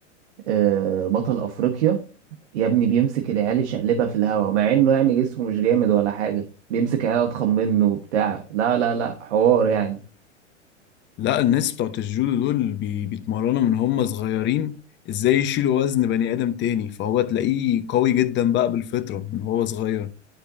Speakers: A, on the right; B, on the left.
A: آه، بطل افريقيا يا ابني بيمسك العيال يشقلبها في الهوا مع انه يعني جسمه مش جامد ولا حاجه بيمسك عيال اضخم منه وبتاع لا لا لا حوار يعني
B: لا الناس بتوعت الجودو دول بي- بيتمرنوا من هم صغيرين ازاي يشيلوا وزن بني ادم تاني فهو تلاقيه قوي جدا بقى بالفطرة من هو صغير